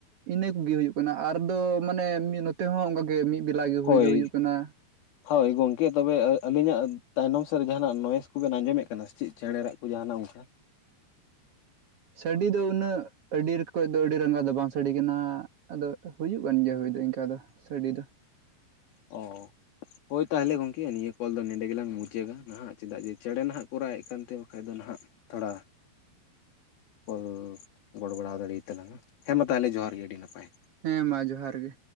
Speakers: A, on the right; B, on the left.
A: ᱤᱱᱟᱹ ᱠᱚᱜᱮ ᱦᱩᱭᱩᱜ ᱠᱟᱱᱟ ᱟᱨᱫᱚ ᱢᱟᱱᱮ ᱢᱤᱫ ᱱᱚᱛᱮ ᱱᱤᱛᱚᱜ ᱦᱚᱸ ᱚᱱᱠᱟ ᱜᱮ ᱢᱤᱫ ᱵᱮᱞᱟ ᱜᱮ
B: ᱦᱳᱭ
A: ᱦᱩᱭ ᱫᱚ ᱦᱩᱭᱩᱜ ᱠᱟᱱᱟ
B: ᱦᱳᱭ ᱜᱚᱝᱠᱮ ᱛᱚᱵᱮ ᱟᱹᱞᱤᱧᱟᱜ ᱛᱟᱭᱱᱚᱢ ᱥᱮᱫ ᱨᱮ ᱡᱟᱦᱱᱟᱜ ᱱᱚᱭᱮᱥ ᱠᱚᱵᱮᱱ ᱟᱸᱡᱚᱢᱮᱫ ᱠᱟᱱᱟ ᱪᱮᱫ ᱪᱮᱬᱮ ᱨᱟᱜ? ᱡᱟᱦᱟᱱᱟᱜ ᱚᱱᱠᱟ?
A: ᱥᱟᱰᱤ ᱫᱚ ᱩᱱᱟᱹᱜ ᱟᱹᱰᱤ ᱚᱠᱚᱡ ᱫᱚ ᱟᱹᱰᱤ ᱨᱟᱸᱜᱟᱣ ᱫᱚ ᱵᱟᱝ ᱥᱟᱰᱤ ᱠᱟᱱᱟ ᱟᱫᱚ ᱦᱩᱭᱩᱜ ᱠᱟᱱ ᱜᱮᱭᱟ ᱦᱩᱭ ᱫᱚ ᱤᱱᱠᱟᱹ ᱫᱚ ᱥᱟᱰᱤ ᱫᱚ
B: ᱚ ᱦᱳᱭ ᱛᱟᱦᱚᱞᱮ ᱜᱚᱝᱠᱮ ᱱᱤᱭᱟᱹ ᱠᱚᱞ ᱫᱚ ᱱᱚᱸᱰᱮ ᱜᱮᱞᱟᱝ ᱢᱩᱪᱟᱹᱜᱟ ᱱᱟᱦᱟᱜ, ᱪᱮᱫᱟᱜ ᱡᱮ ᱪᱮᱬᱮ ᱱᱟᱦᱟᱜ ᱠᱚ ᱨᱟᱜᱮᱫ ᱠᱟᱱᱛᱮ ᱵᱟᱠᱷᱟᱡ ᱫᱚ ᱱᱟᱦᱟᱜ ᱛᱷᱚᱲᱟ ᱚᱞ ᱜᱚᱲᱚ ᱵᱟᱲᱟᱣ ᱫᱟᱲᱮᱭᱟ ᱛᱟᱞᱟᱝᱟ ᱦᱮᱸ ᱢᱟ ᱛᱟᱦᱚᱞᱮ ᱡᱚᱦᱟᱨ ᱜᱮ ᱟᱹᱰᱤ ᱱᱟᱯᱟᱭ
A: ᱦᱮᱸ ᱢᱟ ᱡᱚᱦᱟᱨ ᱜᱮ